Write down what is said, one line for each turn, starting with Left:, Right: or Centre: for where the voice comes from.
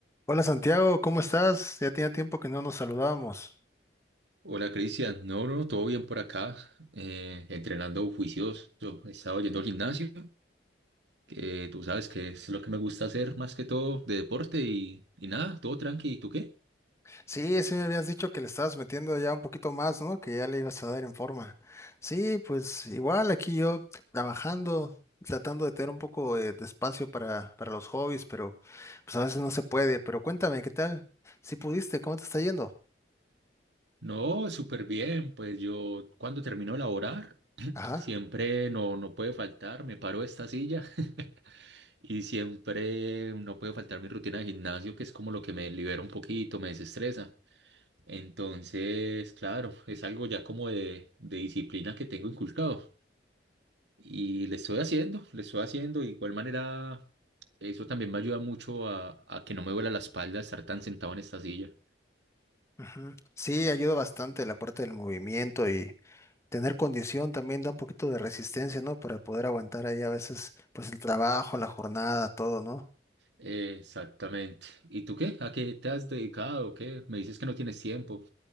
Left: Hola Santiago, ¿cómo estás? Ya tenía tiempo que no nos saludábamos.
Right: Hola Cristian, no, no, todo bien por acá, eh, entrenando juicioso, he estado yendo al gimnasio, que tú sabes que es lo que me gusta hacer más que todo de deporte y, y nada, todo tranqui, ¿y tú qué?
Left: Sí, sí me habías dicho que le estabas metiendo ya un poquito más, ¿no? Que ya le ibas a dar en forma. Sí, pues igual aquí yo trabajando, tratando de tener un poco de, de espacio para, para los hobbies, pero pues a veces no se puede. Pero cuéntame, ¿qué tal? ¿Si pudiste? ¿Cómo te está yendo?
Right: No, súper bien, pues yo cuando termino de laborar,
Left: Ajá.
Right: <clears throat> siempre no, no puede faltar, me paro de esta silla <laughs> y siempre no puede faltar mi rutina de gimnasio, que es como lo que me libera un poquito, me desestresa. Entonces, claro, es algo ya como de, de disciplina que tengo inculcado. Y le estoy haciendo, le estoy haciendo. De igual manera, eso también me ayuda mucho a, a que no me duela la espalda estar tan sentado en esta silla.
Left: Ujú. Sí, ayuda bastante la parte del movimiento y tener condición también da un poquito de resistencia, ¿no? Para poder aguantar ahí a veces, pues el trabajo, la jornada, todo, ¿no?
Right: Exactamente. ¿Y tú qué? ¿A qué te has dedicado? ¿Qué? Me dices que no tienes tiempo.